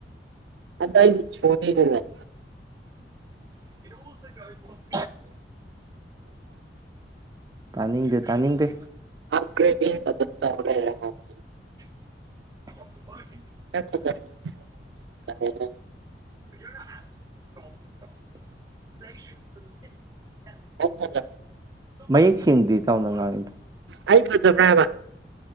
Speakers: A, on the right; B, on the right.
A: ꯑꯥꯗ ꯑꯩꯗꯤ ꯏꯁꫭꫪꯅꯤ ꯀꯩꯅꫭ
B: <unintelligible> ꯇꯥꯅꯤꯡꯗꯦ- ꯇꯥꯅꯤꯡꯗꯦ꯫
A: <unintelligible>
B: <unintelligible>
A: <unintelligible>
B: <inaudible>
A: <unintelligible>
B: ꯃꯌꯦꯛ ꯁꯦꯡꯗꯦ ꯆꯥꯎꯅ ꯉꯥꯡꯉꯤ ꯫
A: ꯑꯩ ꯐꯖꯕꯔꯥ ꯍꯥꯌꯕ꯫